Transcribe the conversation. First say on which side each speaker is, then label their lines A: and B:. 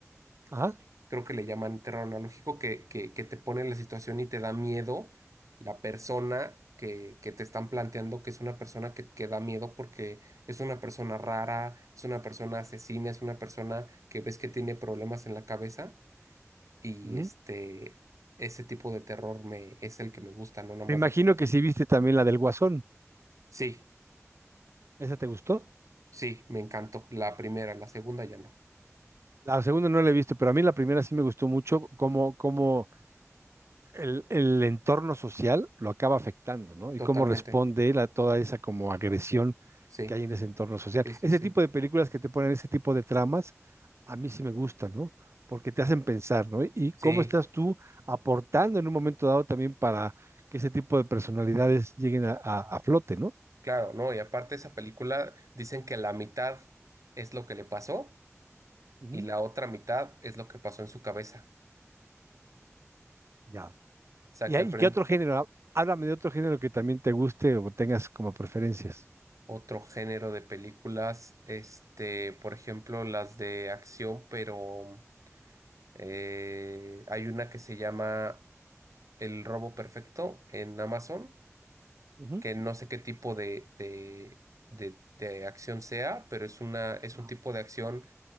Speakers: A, on the right (about 60°); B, on the right (about 85°).
A: Ajá.
B: creo que le llaman terror analógico, que, que, que te pone en la situación y te da miedo la persona que, que te están planteando, que es una persona que, que da miedo porque es una persona rara, es una persona asesina, es una persona que ves que tiene problemas en la cabeza y
A: ujú.
B: este, ese tipo de terror me, es el que me gusta, no nada
A: Me
B: más
A: imagino
B: de que
A: que sí viste también la del Guasón.
B: Sí,
A: ¿Esa te gustó?
B: sí, me encantó. La primera, la segunda ya no.
A: La segunda no la he visto, pero a mí la primera sí me gustó mucho cómo, cómo el, el entorno social lo acaba afectando, ¿no?
B: Totalmente.
A: Y cómo responde él a toda esa como agresión
B: Sí,
A: que hay en ese entorno social.
B: sí, sí,
A: Ese
B: sí.
A: tipo de películas que te ponen ese tipo de tramas, a mí sí me gustan, ¿no? Porque te hacen pensar, ¿no? Y cómo
B: Sí,
A: estás tú aportando en un momento dado también para que ese tipo de personalidades lleguen a, a- a flote, ¿no?
B: claro, ¿no? Y aparte esa película dicen que la mitad es lo que le pasó
A: Ujú.
B: y la otra mitad es lo que pasó en su cabeza.
A: Ya.
B: O sea
A: ¿Y,
B: que
A: y
B: al prin-
A: qué otro género? Háblame de otro género que también te guste o tengas como preferencias.
B: otro género de películas, este, por ejemplo, las de acción, pero eh, hay una que se llama El Robo Perfecto en Amazon
A: Ujú.
B: que no sé qué tipo de, de, de, de acción sea, pero es una, es
A: Ajá.
B: un tipo de acción